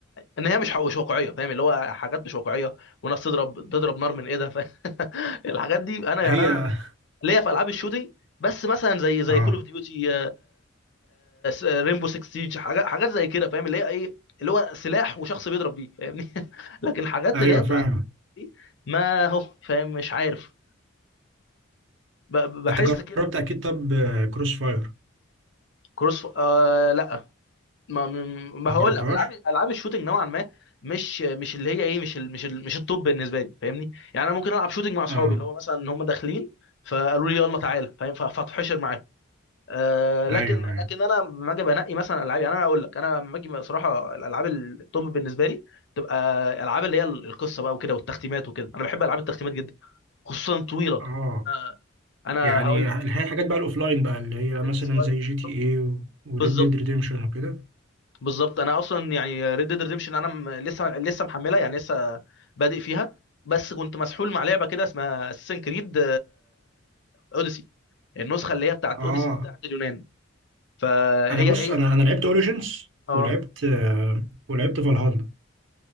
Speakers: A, on the left; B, on the right.
A: ان هي مش حق- مش واقعيه فاهم اللي هو حاجات مش واقعيه وناس تضرب تضرب نار من ايدها فاهم <laughs> الحاجات دي انا
B: هي
A: يعني انا ليا في العاب الشوتينج بس مثلا زي زي
B: اه
A: كول اوف ديوتي ريمبو 6 سيج حاجات حاجات زي كده فاهم اللي هي ايه اللي هو سلاح وشخص بيضرب بيه فاهمني <laughs> لكن حاجات
B: ايوه
A: اللي هي بتاعت
B: فاهم
A: دي ما هو فاهم مش عارف ب- ب- بحس
B: انت جربت
A: كده
B: اكيد طب آه، كروس فاير
A: كروس ف... آه لا ما ما
B: ما
A: هقول
B: جربتهاش
A: لك العاب العاب الشوتينج نوعا ما مش مش اللي هي ايه مش ال... مش ال... مش التوب بالنسبه لي فاهمني يعني انا ممكن العب شوتينج مع اصحابي
B: اه
A: اللي هو مثلا هم داخلين فقالوا لي يلا تعالى فاهم ف- فاتحشر معاهم آه، لكن
B: ايوه
A: لكن
B: ايوه
A: انا لما اجي بنقي مثلا العاب يعني انا اقول لك انا لما اجي صراحه الالعاب التوب بالنسبه لي تبقى العاب اللي هي القصه بقى وكده والتختيمات وكده انا بحب العاب التختيمات جدا خصوصا طويله
B: اه
A: آه، انا
B: يعني
A: هقول
B: الح-
A: لك
B: الحاجات بقى الاوفلاين بقى اللي هي
A: الاوفلاين
B: مثلا زي جي تي اي وريد
A: بالظبط
B: ديد ريديمشن وكده
A: بالظبط انا اصلا يعني ريد ديد ريديمشن انا م- لسه لسه محملها يعني لسه بادئ فيها بس كنت مسحول مع لعبه كده اسمها اساسن كريد اوديسي النسخه اللي هي بتاعت
B: اه
A: اوديسي دي بتاعت اليونان فهي
B: انا بص
A: هي
B: انا انا لعبت اوريجينز
A: اه
B: ولعبت آه ولعبت فالهالا